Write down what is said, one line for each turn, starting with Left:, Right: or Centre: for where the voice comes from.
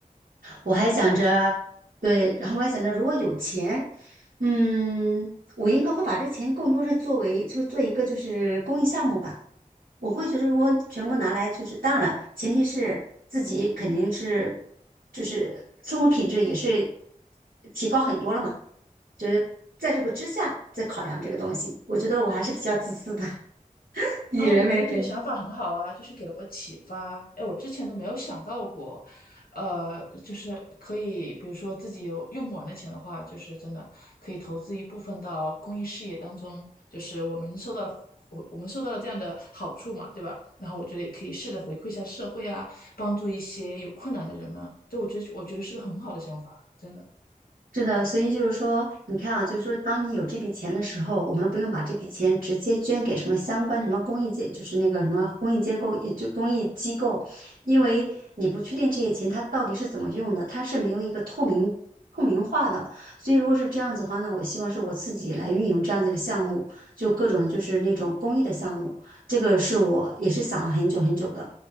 Right: 我还想着，
Left: 嗯。
Right: 对，然后我还想着，如果有钱，嗯，我应该会把这钱更多是作为，就是做一个就是公益项目吧。我会觉得，如果全部拿来，就是当然，了，前提是自己肯定是，就是生活品质也是提高很多了嘛。就是在这个之下再考量这个东西，我觉得我还是比较自私的，<laughs> 以人为本。
Left: 啊，我觉得你的想法很好啊，就是给了我启发。哎，我之前都没有想到过，呃，就是可以，比如说自己有用不完的钱的话，就是真的可以投资一部分到公益事业当中，就是我们受到了我我们受到了这样的好处嘛，对吧？然后我觉得也可以试着回馈一下社会啊，帮助一些有困难的人们。就我觉得我觉得是个很好的想法，真的。
Right: 是的，所以就是说，你看啊，就是说，当你有这笔钱的时候，我们不用把这笔钱直接捐给什么相关什么公益界，就是那个什么公益机构，也就公益机构，因为你不确定这些钱它到底是怎么用的，它是没有一个透明透明化的。所以如果是这样子的话，那我希望是我自己来运营这样子一个项目，就各种就是那种公益的项目，这个是我也是想了很久很久的。